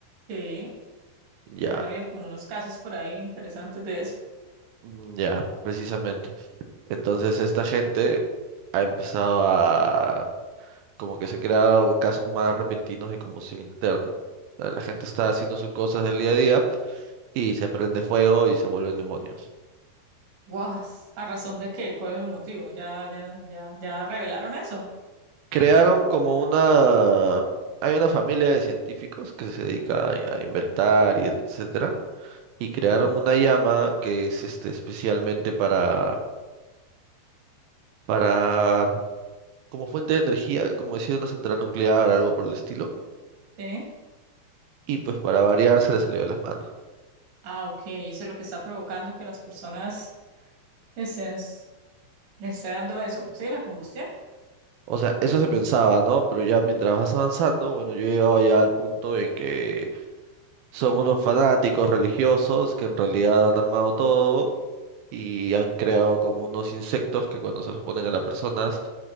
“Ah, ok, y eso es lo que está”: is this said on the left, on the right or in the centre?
Right